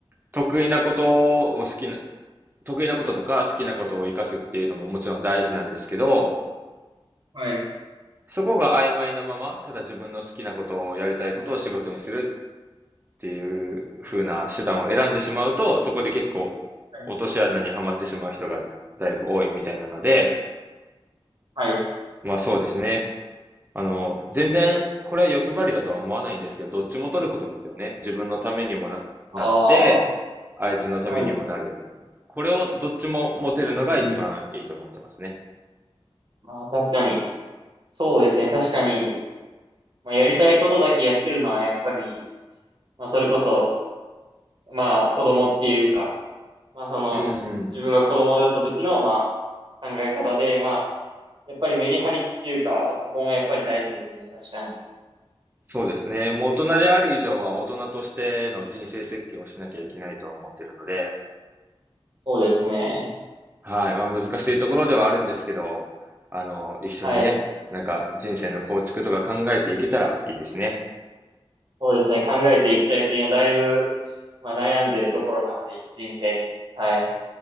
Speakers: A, on the right; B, on the right.
A: 得意なことを好きな、得意なこととか好きなことを活かすっていうのももちろん大事なんですけど、
B: はい。
A: そこが曖昧なまま、ただ自分の好きなことをやりたいことを仕事にするっていう風な手段を選んでしまうと、そこで結構落とし穴にはまってしまう人がだいぶ多いみたいなので、
B: はい。はい。
A: まあそうですね。あの、全然、これは欲張りだとは思わないんですけど、どっちも取ることですよね。自分のためにもな、
B: あ
A: なって、相手のためにもなる。
B: あはい。うん
A: これをどっちも持てるのが一番いいと思ってますね。
B: うんうんああ確かに。そうですね。確かに、まあ、やりたいことだけやってるのは、やっぱり、まあ、それこそ、まあ、子供っていうか、まあその、
A: うんうん。
B: 自分が子供だった時の、まあ考え方で、まあ、やっぱりメリハリっていうか、そこもやっぱり大事ですね。確かに。
A: そうですね。もう大人である以上は大人としての人生設計をしなきゃいけないとは思ってるので、
B: そうですね。
A: はい。まあ難しいところではあるんですけど、あの、一緒にね、
B: はい。
A: なんか人生の構築とか考えていけたらいいですね。
B: そうですね。考えていきたいですね。今だいぶ、まあ悩んでるところなので、人生に。はい。